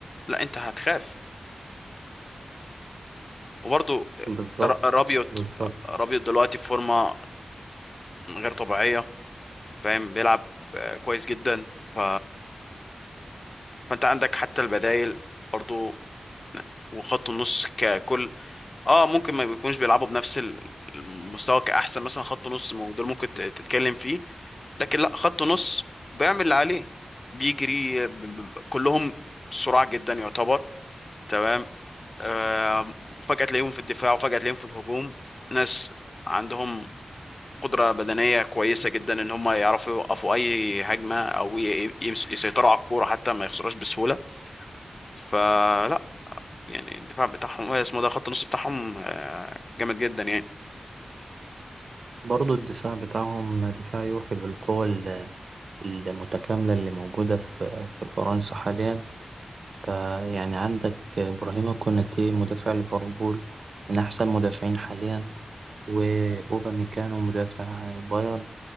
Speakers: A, on the left; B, on the right.
A: لا انت هتخاف وبرضو
B: بالظبط
A: ر- رابيوت
B: بالظبط
A: رابيوت دلوقتي في فورمه غير طبيعيه فاهم بيلعب آه، كويس جدا ف فانت عندك حتى البدائل برضو وخط النص ككل اه ممكن ما بيكونوش بيلعبوا بنفس ال- المستوى كأحسن مثلا خط نص ما هو ده اللي ممكن ت- تتكلم فيه لكن لا خط نص بيعمل اللي عليه بيجري ب- ب- كلهم سرعة جدا يعتبر تمام آه فجأة تلاقيهم في الدفاع وفجأة تلاقيهم في الهجوم ناس عندهم قدرة بدنية كويسة جدا ان هم يعرفوا يوقفوا اي هجمة او ي- يمس- يسيطروا على الكورة حتى ما يخسروش بسهولة فلا يعني الدفاع بتاعهم آه، اسمه ده خط النص بتاعهم آه، جامد جدا يعني
B: برضه الدفاع بتاعهم دفاع يوحي بالقوة المتكاملة اللي موجودة في في فرنسا حاليا فيعني عندك إبراهيم كوناتي مدافع ليفربول من أحسن مدافعين حاليا وأوباميكانو مدافع بايرن